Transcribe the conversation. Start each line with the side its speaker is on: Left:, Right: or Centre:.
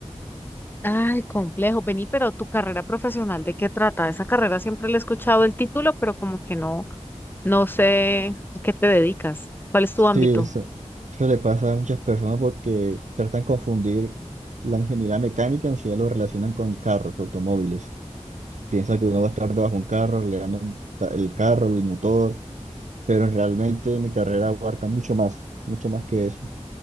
Left: Ay, complejo, vení, pero tu carrera profesional, ¿de qué trata? Esa carrera siempre le he escuchado el título, pero como que no, no sé a qué te dedicas. ¿Cuál es tu ámbito?
Right: Sí, eso, eso le pasa a muchas personas porque tratan de confundir la ingeniería mecánica, en sí lo relacionan con carros, automóviles. piensa que uno va a estar debajo de un carro, arreglando un ta- el carro, el motor, pero realmente mi carrera abarca mucho más, mucho más que eso.